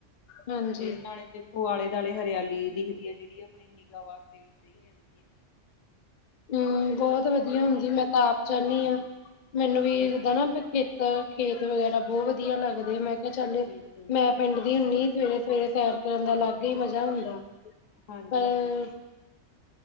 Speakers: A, on the left; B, on the left.
A: ਹਾਂਜੀ
B: ਤੇ ਨਾਲੇ ਦੇਖੋ ਆਲੇ ਦਾਲੇ ਹਰੀਆਲੀ ਦਿਖਦੀ ਐ। ਜੇੜੀ ਆਪਣੀ ਨਿਗ੍ਹਾ ਵਾਸਤੇ ਵੀ ਸਹੀ ਰੈਂਦੀ ਏ।
A: ਹੂੰ, ਬੋਤ ਵਧੀਆ ਹੁੰਦੀ ਆ, ਮੈਂ ਤਾਂ ਆਪ ਚਾਨੀ ਆ, ਮੈਨੂੰ ਵੀ ਏਦਾਂ
B: ਹਾਂਜੀ,
A: ਨਾ ਤਾਂ ਖੇਤ ਵਗੈਰਾ ਬੋ ਵਧੀਆ ਲੱਗਦੇ ਆ
B: ਬਿਲਕੁਲ-ਬਿਲਕੁਲ,
A: ਮੈਂ ਕਿਹਾ ਚੱਲ, ਮੈਂ ਪਿੰਡ ਦੀ ਹੁੰਨੀ ਸਵੇਰੇ-ਸਵੇਰੇ ਸੈਰ ਕਰਨ ਦਾ ਅਲੱਗ ਈ ਮਜ਼ਾ ਹੁੰਦਾ।
B: ਹਾਂਜੀ-ਹਾਂਜੀ।
A: ਪਰ